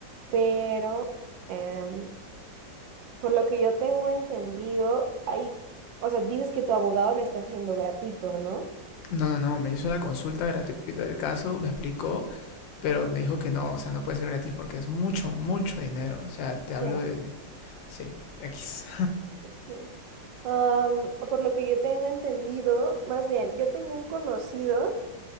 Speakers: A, on the right (about 75°); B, on the left (about 80°).
A: pero em, por lo que yo tengo entendido, hay, o sea, dices que tu abogado lo está haciendo gratuito, ¿no?
B: No, no, no, me hizo la consulta gratuita del caso, me explicó, pero me dijo que no, o sea, no puede ser gratis porque es mucho, mucho dinero. O sea, te hablo
A: Ya.
B: de... Sí, X.
A: Sí. Am, por lo que yo tengo entendido, más bien, yo tengo un conocido